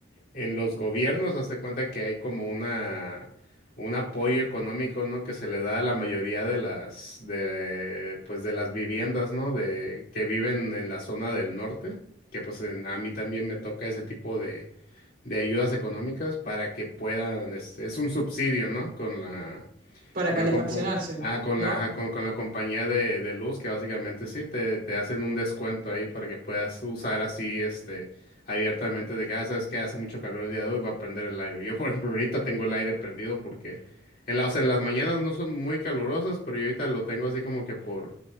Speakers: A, on the left; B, on the right.
A: en los gobiernos, hazte cuenta que hay como una un apoyo económico, ¿no? que se le da a la mayoría de las de pues de las viviendas, ¿no? de que viven en la zona del norte, que pues en- a mí también me toca ese tipo de de ayudas económicas para que puedan, este, es un subsidio, ¿no? con la
B: Para
A: con
B: calefaccionarse,
A: la, com- com- ah, con
B: ¿no?
A: la, ajá, con, con la compañía de, de luz, que básicamente sí, te, te hacen un descuento ahí para que puedas usar así, este, abiertamente de que, ah, sabes que hace mucho calor el día de hoy, voy a prender el aire. Yo, por ejemplo, ahorita tengo el aire prendido porque en las, en las mañanas no son muy calurosas, pero yo ahorita lo tengo así como que por,